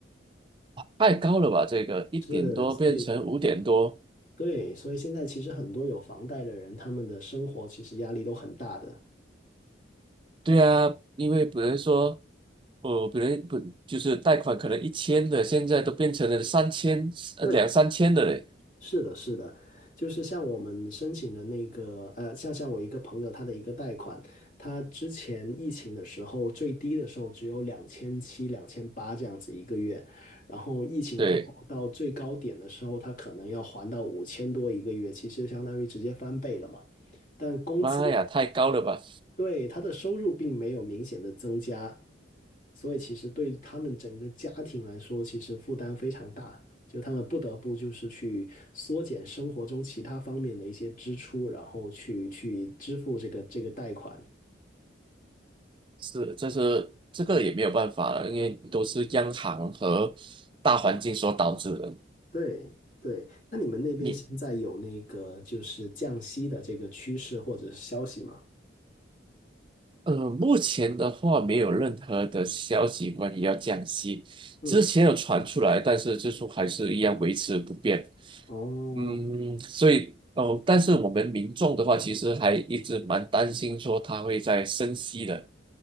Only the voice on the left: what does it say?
是，所以对，所以现在其实很多有房贷的人，他们的生活其实压力都很大的。
对，
是的，是的，就是像我们申请的那个，呃，像像我一个朋友，他的一个贷款，他之前疫情的时候最低的时候只有两千七、两千八这样子一个月，然后疫情过后到最高点的时候，
他可能要还到五千多一个月，其实相当于直接翻倍了嘛。但工资
对，他的收入并没有明显的增加，所以其实对于他们整个家庭来说，其实负担非常大，就他们不得不就是去缩减生活中其他方面的一些支出，然后去去支付这个这个贷款。
对对，那你们那边现在有那个就是降息的这个趋势或者是消息吗？
嗯，
哦